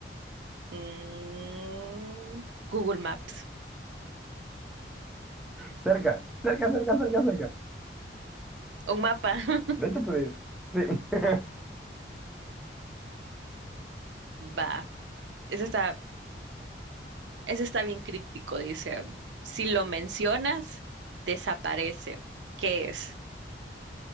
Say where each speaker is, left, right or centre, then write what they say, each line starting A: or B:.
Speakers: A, on the right (about 80°); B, in the centre.
A: Mm, Google Maps.
B: Cerca, cerca, cerca, cerca, cerca.
A: Un mapa. <laughs>
B: De hecho, puede ir. Sí. <laughs>
A: Va, ese está, ese está bien críptico, dice. Si lo mencionas, desaparece. ¿Qué es?